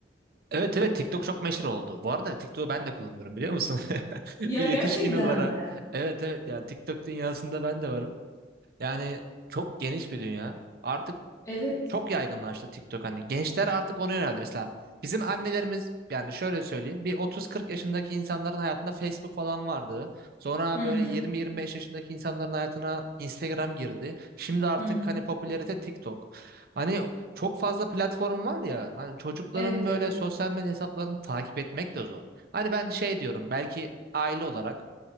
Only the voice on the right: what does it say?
evet evet TikTok çok meşhur oldu. Bu arada TikTok'u ben de kullanıyorum biliyor musun? <laughs> Bir
yetişkin
olarak.
Evet evet yani TikTok dünyasında ben de varım. Yani çok geniş bir dünya. Artık
çok yaygınlaştı TikTok hani. Gençler artık ona yöneldi. Mesela bizim annelerimiz yani şöyle söyleyeyim bir 30-40 yaşındaki insanların hayatında Facebook falan vardı. Sonra
böyle
20-25 yaşındaki insanların hayatına Instagram girdi. Şimdi artık
hani popülerite TikTok. Hani çok fazla platform var ya hani çocukların
böyle
sosyal medya hesaplarını takip etmek de zor. Hani ben şey diyorum belki aile olarak